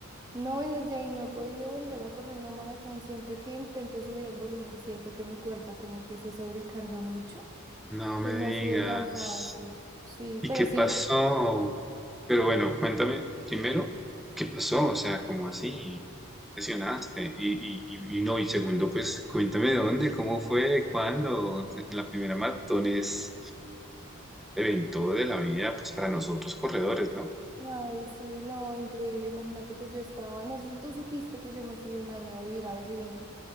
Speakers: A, on the right; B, in the centre.
A: No, y desde ahí no he podido volver a correr una maratón. Siempre que intento subir el volumen, siento que mi cuerpo como que se sobrecarga mucho.
B: No
A: Entonces
B: me digas.
A: no ha sido tan fácil. Sí,
B: ¿Y
A: pero
B: qué
A: sí.
B: pasó? Pero bueno, cuéntame primero, ¿qué pasó? O sea, ¿cómo así? ¿Por qué te lesionaste? Y, y, y y no, y segundo, pues cuéntame dónde, cómo fue, cuándo. La primera maratón es evento de la vida, pues para nosotros corredores, ¿no?
A: Ay, sí, no, increíble. Imagínate que yo estaba, no sé si tú supiste que yo me fui un año a vivir a Berlín.